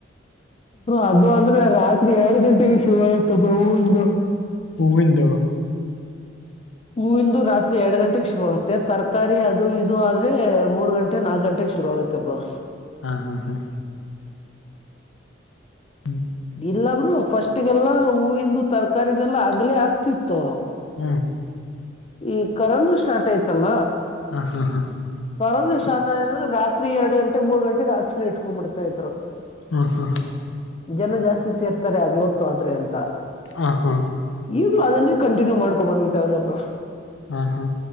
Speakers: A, on the left (about 30°); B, on the left (about 85°).
A: ಅದು ಅಂದ್ರೆ ರಾತ್ರಿ ಎರಡು ಗಂಟೆಗೆ ಶುರು ಆಗುತ್ತೆ ಹೂವಿನ್ದು
B: ಹೂವಿನ ಅಂದು
A: ಹೂವಿಂದು ರಾತ್ರಿ ಎರಡ್ ಗಂಟೆಗೆ ಶುರು ಆಗುತ್ತೆ ತರಕಾರಿ ಅದು ಇದು ಆದ್ರೆ ಮೂರ್ ಗಂಟೆ ನಾಕಕ್ ಗಂಟೆಗೆ ಶುರು ಆಗುತ್ತೆಬ್ಬರು
B: ಹಾ ಹಾ ಹಾ ಹ್ಮ್
A: ಇಲ್ಲಬ್ರು ಫಸ್ಟ್ಗೆಲ್ಲಾ ಹೂವಿಂದು ತರಕದೆಲ್ಲಾ ಅಗ್ಲೇ ಆಕ್ತಿತ್ತು
B: ಹ್ಮ್
A: ಈ ಕರೋನ ಸ್ಟಾರ್ಟ್ ಆಯ್ತಲ್ಲ
B: ಹಾ ಹಾ ಹಾ
A: ಪರ ಸ್ಟ್ರೆ ರಾತ್ರಿ ಎರಡ್ ಗಂಟೆ ಮೂ ಗಂಟೆಗೆ ಅಕ್ಷಿಣ ಇಟ್ಕೊಂಡ್ಬ ಬಿಡ್ತಾ ಇದ್ರು
B: ಹ್ಮ ಹ್ಮ
A: ಜನ ಜಾಸ್ತಿ ಸೇರ್ತಾರೆ ಅಗ್ಲೊತ್ತು ಆದ್ರೆ ಅಂತ
B: ಆ ಹಾ
A: ಈಗ್ಲೂ ಅದನ್ನೇ ಕಂಟಿನ್ಯೂ ಮಾಡ್ಕೊ ಬಂದ್ಬಿಟ್ಟ ಅವ್ರ ಬ್ರೋ
B: ಹ ಹಾ